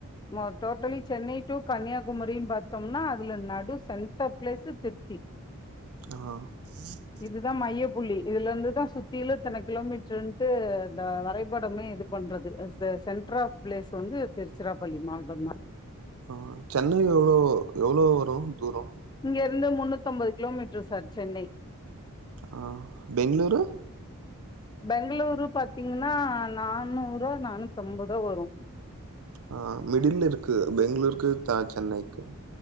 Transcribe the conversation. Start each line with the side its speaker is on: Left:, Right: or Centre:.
Left: மொத் டோட்டலி சென்னை டூ கன்னியாகுமரின் பாத் தம்னா அதுல நடு சென்டர் பிளேஸ்சு திருச்சி
Right: ஆ
Left: இதுதா மையப்புள்ளி இதுல இருந்துதா சுத்திலு இத்தன கிலோமீட்டருன்ட்டு இந்த வரைபடமே எப்டி பண்றது சென்டர் ஆப் பிளேஸ் வந்து திருச்சிராப்பள்ளி மாவட்டம் தான்
Right: ஆ சென்னை எவ்ளோ எவ்வளோ வரும் தூரம்
Left: இங்கேருந்து முன்னூத்தி ஒன்பது கிலோமீட்டர் சார் சென்னை
Right: ஆ பெங்ளூரு
Left: பெங்ளூரு பாத்தீங்கன்னா நானூறோ நானூத்தொன்பதோ வரும்
Right: ஆ மிடிலருக்கு பெங்ளூருக்கு சென்னைக்கு